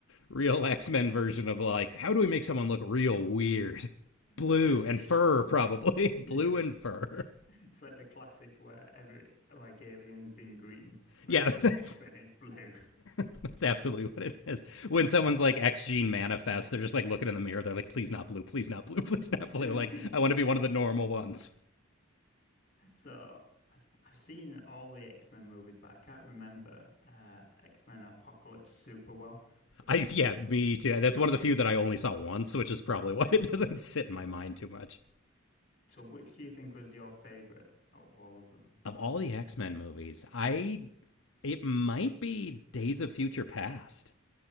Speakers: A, on the left; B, on the left.
A: real X Men version of like how do we make someone look real weird? Blue
B: it's like the
A: and fur,
B: it's-
A: probably <laughs> blue
B: yeah,
A: and fur. <laughs>
B: it's like the classic where every like aliens being green, but
A: Yeah,
B: in
A: that's
B: X-Men it's blue. <laughs>
A: <laughs> That's absolutely what it is. When someone's
B: So
A: like X gene manifests, they're just like looking in the mirror. They're like, please not blue, please not blue, <laughs> please not blue.
B: <laughs> yeah,
A: Like, I want to be one of the normal ones.
B: so I've I've seen all the X-Men movies, but I can't remember uh X-Men Apocalypse super well. But
A: I yeah, me too. That's one of the few that I only saw once, which is probably <laughs> why it doesn't sit in
B: yeah,
A: my mind too much.
B: so which do you think was your favorite out of all of them?
A: Of all the X Men movies, I it might be Days of Future Past.